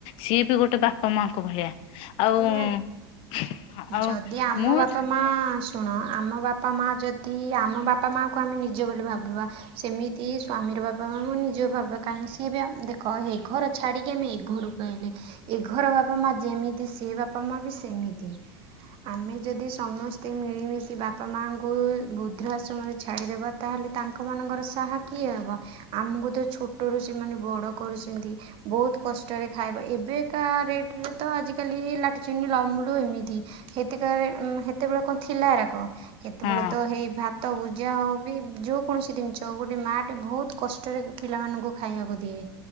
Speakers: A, on the left; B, on the right.
A: ସିଏ ବି ଗୋଟେ ବାପା ମାଙ୍କ ଭଳିଆ। ଆଉଁ
B: ନିହାତି
A: ଆ-ଆଉ
B: ଯଦି
A: ମୁଁ
B: ଆମ ବାପା ମା ଶୁଣ ଆମ ବାପା ମା ଯଦି ଆମ ବାପା ମାଙ୍କୁ ଆମେ ନିଜ ବୋଲି ଭାବିବା। ସେମିତି ସ୍ଵାମୀର ବାପ ମା ଆମ ନିଜ ବାପା କାହିଁକି ସିଏ ବି ଆ ଦେଖ ଏ ଘର ଛାଡିକି ଆମେ ଏ ଘରୁ ରହିଲେ ଏ ଘର ବାପା ମା ଯେମିତି ସେ ବାପା ମା ବି ସେମିତି ଆମେ ଯଦି ସମସ୍ତେ ମିଳିମିଶି ବାପା ମାଙ୍କୁ ବୃଧ୍ର ଆଶ୍ରମରେ ଛାଡିଦେବା। ତାହେଲେ ତାଙ୍କମାନଙ୍କର ସାହା କିଏ ହେବ। ଆମକୁ ତ ଛୋଟରୁ ସେମାନେ ବଡ କରୁଚନ୍ତି। ବହୁତ କଷ୍ଟରେ ଖାଇବା ଏବେକା ରେଟରେ ତ ଆଜି କାଲି ଲାଟଚିନି ଲମୁଡୁ <unintelligible> ଏମିତି ହେତିକରେ ଉଁ ହେ ସେତେବେଳେ କଣ ଥିଲା ଏରାକ ସେତେବେଳେ
A: ହଁ
B: ତ ହେଇ ଭା ତ ଭୁଜା ହୋଉ ବି ଯୋଉ କୌଣସି ଜିନିଷ ହୋଉ ଗୋଟେ ମା ଟେ ବୋହୁତ କ <unintelligible> ପିଲାମାନଙ୍କୁ ଖାଇବାକୁ ଦିଏ।